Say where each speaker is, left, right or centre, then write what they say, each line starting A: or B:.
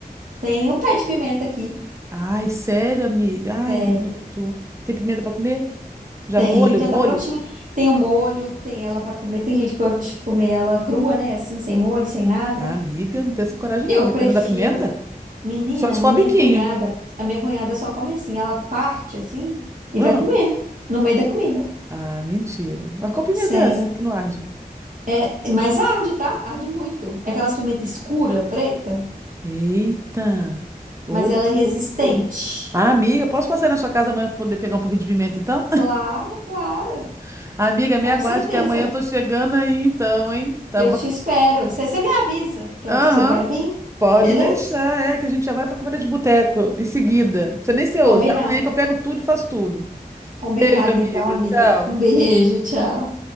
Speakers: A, on the right (about 55°); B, on the right (about 20°).
A: Tem o pé de pimenta aqui.
B: Ai, sério, amiga? Ai,
A: Sério.
B: que tudo. Tem pimenta pra comer? Já
A: Tem,
B: no molho?
A: já
B: Molho?
A: tá prontinha. Tem o molho, tem ela pra comer. Tem gente que gosta de comer ela crua, né? Assim, sem molho, sem nada.
B: Ah, amiga, não tem essa coragem
A: Eu
B: não, dependendo
A: prefiro.
B: da pimenta.
A: Menina,
B: Só se
A: minha
B: for biquinho.
A: cunhada. A minha cunhada só come assim. Ela parte assim e
B: Hã?
A: vai comendo. No meio da comida.
B: Ah, mentira. Mas qual pimenta
A: Sério.
B: é essa que não arde?
A: É, mas arde, tá? Arde muito. É aquelas pimenta escura, preta,
B: Eita! Ô,
A: mas ela é resistente.
B: louco! Ah, amiga, posso passar aí na sua casa amanhã pra poder pegar um pouquinho de pimenta, então?
A: Claro, claro.
B: <laughs> Amiga, me
A: Com
B: aguarde
A: certeza.
B: que amanhã eu tô chegando aí, então, hein? Tá
A: Eu
B: bom?
A: te espero. Você você me avisa que
B: Aham,
A: horas que você vai vir?
B: pode
A: Beleza?
B: deixar, é que a gente já vai pra comida de boteco em seguida. Não precisa nem ser hoje,
A: Combinado.
B: vai amanhã que eu pego tudo e faço tudo.
A: Combinado,
B: Beijo, amiga.
A: então, amiga.
B: Tchau.
A: Um beijo, tchau.